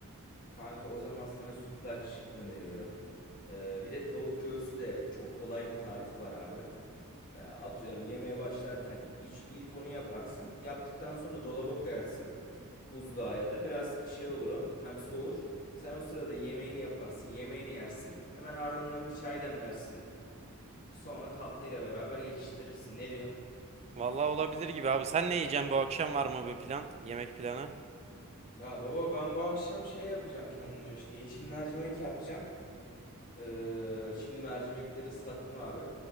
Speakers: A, on the left; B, on the right.
A: Kanka o zaman sana sütlaç öneriyorum. Ee, bir de tavuk göğsü de çok kolay bir tarifi var abi. Ee, atıyorum yemeğe başlarken iç, ilk onu yaparsın. Yaptıktan sonra dolaba koyarsın. Buzluğa ya da biraz şey olur o hem soğur. Sen o sırada yemeğini yaparsın, yemeğini yersin. Hemen ardından bir çay demlersin. Sonra tatlıyla beraber geçiştirirsin. Ne diyorsun?
B: Valla olabilir gibi abi. Sen ne yiyeceksin bu akşam var mı bir plan? Yemek planı?
A: Ya baba ben bu akşam şey yapacağım kendime işte yeşil mercimek yapacağım. Ee, şimdi mercimekleri ıslattım abi.